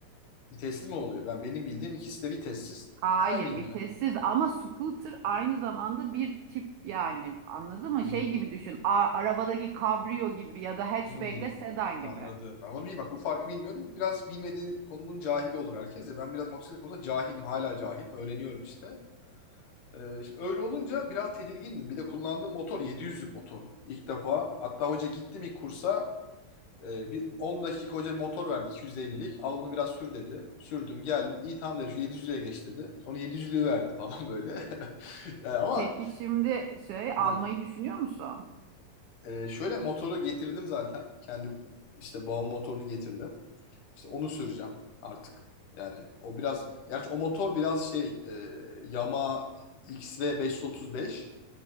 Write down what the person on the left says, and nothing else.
Vitesli mi oluyor? Ben benim bildiğim ikisi de vitessiz.
Aynı yani.
Hmm,
hmm,
anladım.
Ben onu bileyim. Bak bu farkı bilmiyordum. Biraz bilmediği konunun cahili olur herkes de. Ben biraz motosiklet konusunda cahilim. Hala cahilim. Öğreniyorum işte. Ee, şimdi öyle olunca biraz tedirgindim. Bir de kullandığım motor 700'lük motor. İlk defa. Hatta hoca gittim ilk kursa. e, bir 10 dakika hoca bir motor verdi 250'lik. Al bunu biraz sür dedi. Sürdüm geldim. İyi tamam dedi. Şu 700'lüğe geç dedi. Sonra 700'lüğü verdi falan böyle. <laughs> Yani ama
ha.
Ee, şöyle motoru getirdim zaten. Kendi işte bağımlı motorunu getirdim. İşte onu süreceğim artık. Yani o biraz, gerçi o motor biraz şey e, Yamaha XV 535